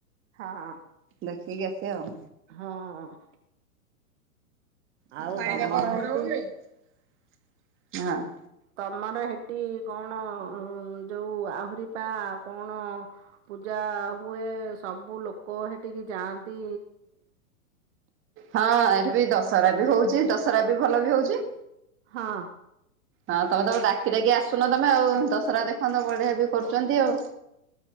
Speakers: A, on the right; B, on the right.
A: ହଁ ହଁ
B: ଦେଖିକି ଆସିଆ ଆଉ।
A: ହଁ
B: <unintelligible>
A: ଆଉ ତମର ହେଟି
B: ହଁ
A: ତମର ହେଠି କଣ ଯୋଉ ଆହୁରି ପା କଣ? ପୂଜା ହୁଏ ସବୁ ଲୋକ ହେଠିକି ଯାଆନ୍ତି।
B: ହଁ ଏଠି ବି ଦଶହରା ବି ହଉଛି ଦଶହରା ବି ଭଲ ବି ହଉଛି।
A: ହଁ
B: ହଁ ତମେ ତମ ଡାକିଡାକି ଆସୁନ ତମେ ଆଉ ଦଶହରା ଦେଖନ୍ତ ବଢିଆ ବି କରୁଛନ୍ତି ଆଉ।